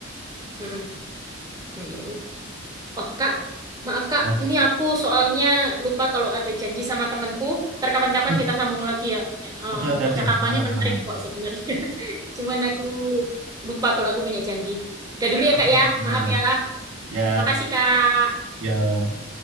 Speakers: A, on the right; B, on the right.
A: Mm-mm. Hmm, ya udah. oh kak maaf kak
B: nah
A: ini aku soalnya lupa kalau ada janji sama temanku ntar kapan-kapan
B: loh,
A: kita sambung lagi ya Eh, em,
B: oke oke
A: percakapannya
B: oke aman aman
A: menarik
B: aman
A: kok sebenarnya <laughs> cuman aku lupa kalau aku punya janji udah dulu ya
B: oke
A: kak ya
B: aman
A: maaf
B: aman
A: ya
B: ya
A: makasih kak
B: ya